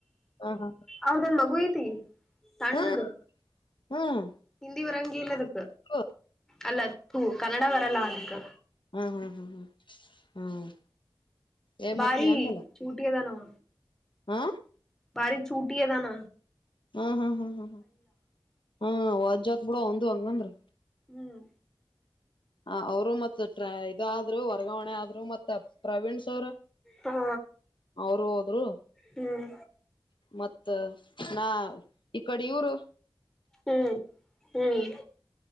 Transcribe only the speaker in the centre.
ಅವ್ರ್ದನ್ ಮಗು ಐತಿ ತಣ್ಣದು
ಹಿಂದಿ ವಿರಂಗಲ್ಲದಕ್ಕ
ಅಲ್ಲ ಹ ಕನ್ನಡ ವರಲ್ಲಾ ಅದಕ್ಕೆ
ಬಾರಿ
ಚೂಟಿ ಅದಾನವ
ಬಾರಿ ಛೂಟ ದಾನ
ಹ್ಮ್
ಹಾ
ಹ್ಮ್
ಹ್ಮ್ ಹ್ಮ್